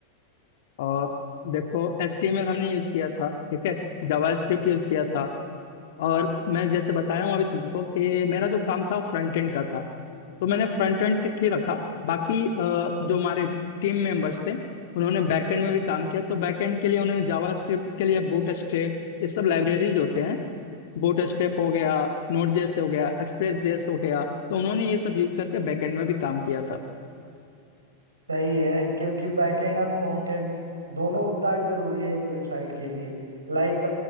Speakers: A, on the left; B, on the right.
A: और देखो एच टी एम एल हमने यूज किया था ठीक है जावा स्क्रिप्ट यूज किया था और मैं जैसे बताया हूँ अभी तुमको कि मेरा जो काम था फ्रंट एंड का था तो मैंने फ्रंट एंड तक ही रखा बाकी अ, जो हमारे टीम मेंबर्स थे उन्होंने बैक एंड में भी काम किया तो बैक एंड के लिए उन्होंने जावास्क्रिप्ट के लिए बूट स्ट्रैप ये सब लाइब्रेरीज होते हैं बूट स्ट्रैप हो गया नोड जेएस हो गया एक्सप्रेस जेएस हो गया तो उन्होंने ये सब यूज करके बैक एंड में भी काम किया था
B: सही है क्योंकि बैकएंड और फ्रंट एंड दोनों उतना ही जरूरी है एक वेबसाइट के लिए लाइक